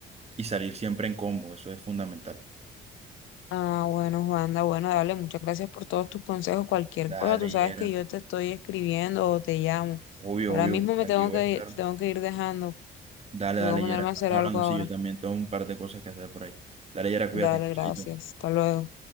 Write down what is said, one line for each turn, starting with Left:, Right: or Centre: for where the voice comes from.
Right: Y salir siempre en combo, eso es fundamental.
Left: Ah, bueno, Juanda, bueno, dale, muchas gracias por todos tus consejos. Cualquier
Right: Dale,
Left: cosa, tú sabes
Right: Yera.
Left: que yo te estoy escribiendo o te llamo.
Right: Obvio,
Left: Ahora
Right: obvio,
Left: mismo me
Right: aquí
Left: tengo
Right: voy
Left: que,
Right: a estar.
Left: ir, tengo que ir dejando.
Right: Dale,
Left: Tengo
Right: dale,
Left: que ponerme
Right: Yera, estamos
Left: a hacer
Right: hablando,
Left: algo ahora.
Right: sí, yo también tengo un par de cosas que hacer por ahí. Dale, Yera, cuídate,
Left: Dale,
Right: chaito.
Left: gracias. Hasta luego.